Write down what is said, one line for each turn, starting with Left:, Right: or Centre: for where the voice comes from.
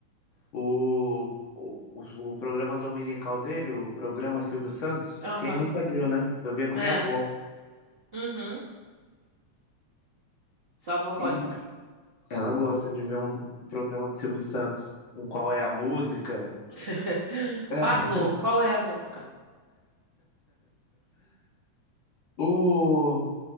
Left: O, o, o, o programa dominical dele, o programa Silvio Santos,
Right: Aham.
Left: quem nunca viu, né? Eu via com
Right: É.
Left: minha avó.
Right: Uhum. Sua avó gosta,
Left: E
Right: né?
Left: ela gosta de ver um programa de Silvio Santos, um Qual é a Música.
Right: <laughs>
Left: <laughs>
Right: Pablo, qual é a música?
Left: O,